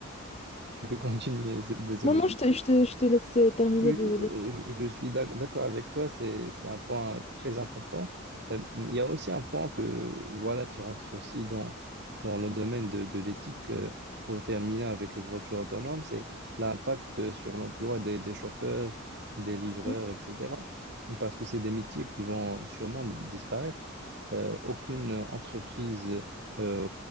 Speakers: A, on the right; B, on the left.
A: tu peux continuer. <laughs> Désolé,
B: Non, non, je te,
A: je
B: je te- je te laisse euh, terminer,
A: Oui,
B: désolé.
A: euh, je je suis d'ac- d'accord avec toi, c'est, c'est un point très important. Euh, Il y a aussi un point que, voilà, qui rentre aussi dans, dans le domaine de, de l'éthique euh, pour terminer avec les voitures autonomes, c'est l'impact sur l'emploi des, des chauffeurs, des livreurs,
B: Oui.
A: etc. Parce que c'est des métiers qui vont sûrement disparaître. Euh, aucune entreprise euh,